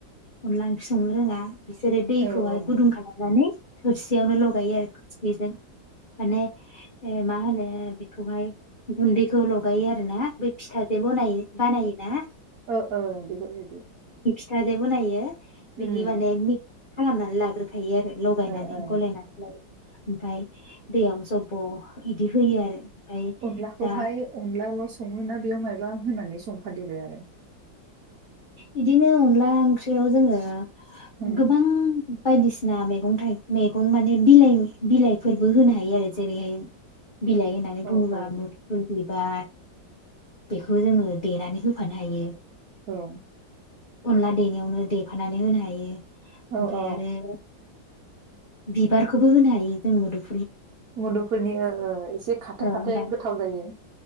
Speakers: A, on the left; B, on the right.
A: अनला ओंख्रै संनो रोङा बिसोरो दैखौहाय
B: औ
A: गुदुं खालामनानै थोरसियावनो लगायो आरो थोरसिजों माने मा होनो बेखौहाय गुन्दैखौ लगायो आरोना बे फिथाजों बानायो बानायोना
B: ओ ओ बेफोरबायदि
A: <unintelligible> बिदि
B: उम
A: माने खालामनानै लाग्रो थायो आरो लगायनानै
B: ओ ओ
A: गलायनानै लायो ओमफ्राय दैयाव जब्ब' बिदि होयो आरो
B: अनलाखौहाय
A: दा
B: अनलाल' सङोना बेयाव मायबा होनानै संफादेरो आरो
A: बिदिनो अनला ओंख्रियाव जोङो
B: उम
A: गोबां बायदिसिना मैगं थाइ मैगं माने बिलाइ बिलाइफोरबो होनो हायो आरो जेरैहाय बिलाइ होननानै
B: औ
A: बुङोबा
B: औ
A: मुदुफुल बिलाइ बा बेखौ जोङो देनानै होफानो हायो
B: औ
A: अनला देनायावनो देफानानै होनो हायो ओमफ्राय
B: औ औ
A: आरो बिबारखौबो होनो हायो जों मुदुफुल
B: मुदुफुलनि ओ ओ एसे खाथो
A: औ
B: खाथो
A: दाल
B: गोथाव जायो